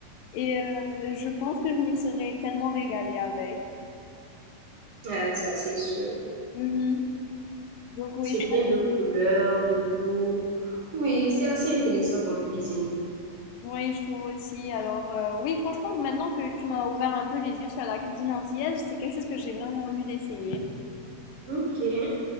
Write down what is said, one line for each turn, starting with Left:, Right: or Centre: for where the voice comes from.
Left: et euh, je pense que je me serais tellement régalée avec.
Right: Ah, ça c'est sûr.
Left: Mhm. Donc oui,
Right: C'est plein
Left: je,
Right: de couleurs, de goûts. Oui, c'est assez intéressant comme cuisine.
Left: oui, je trouve aussi. Alors euh, oui, franchement, maintenant que tu m'as ouvert un peu les yeux sur la cuisine antillaise, c'est quelque chose que j'ai vraiment envie d'essayer.
Right: OK.